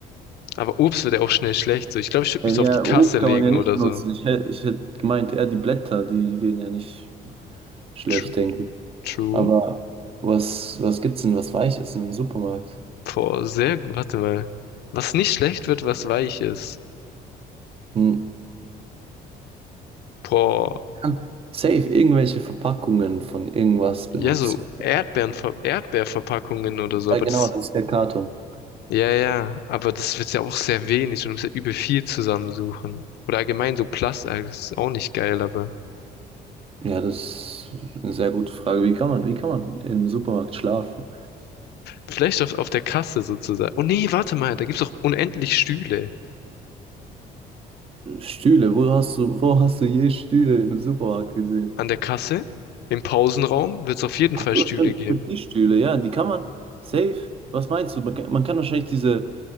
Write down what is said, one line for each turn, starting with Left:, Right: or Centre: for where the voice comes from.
Left: Aber Obst wird ja auch schnell schlecht. So, ich glaube, ich würde
Right: Ja,
Left: mich
Right: ja,
Left: so auf die Kasse
Right: Obst
Left: legen
Right: kann man ja nicht
Left: oder
Right: benutzen.
Left: so.
Right: Ich, hä- ich hätte gemeint, eher die Blätter, die, die gehen ja nicht schlecht,
Left: True.
Right: denke ich.
Left: True.
Right: Aber was, was gibt's denn, was weich ist im Supermarkt?
Left: Boah, sehr gut. Warte mal. Was nicht schlecht wird, was weich ist.
Right: Hm.
Left: Boah.
Right: kann safe irgendwelche Verpackungen von irgendwas
Left: Ja,
Right: benutzen.
Left: so Erdbeeren, Erdbeerverpackungen oder so. Aber
Right: Ja, genau,
Left: das,
Right: das ist der Karton.
Left: ja, ja. Aber das wird ja auch sehr wenig und du musst ja übel viel zusammensuchen. Oder allgemein so Plastik, das ist auch nicht geil, aber.
Right: Ja, das ist eine sehr gute Frage. Wie kann man, wie kann man im Supermarkt schlafen?
Left: Vielleicht auf, auf der Kasse sozusagen. Oh nee, warte mal, da gibt's doch unendlich Stühle.
Right: Stühle, wo hast du, wo hast du je Stühle im Supermarkt gesehen?
Left: An der Kasse, im Pausenraum, wird's auf jeden
Right: Ach
Left: Fall
Right: so,
Left: Stühle
Right: stimmt,
Left: geben.
Right: es gibt die Stühle, ja, die kann man safe. Was meinst du? Man kann, man kann wahrscheinlich diese,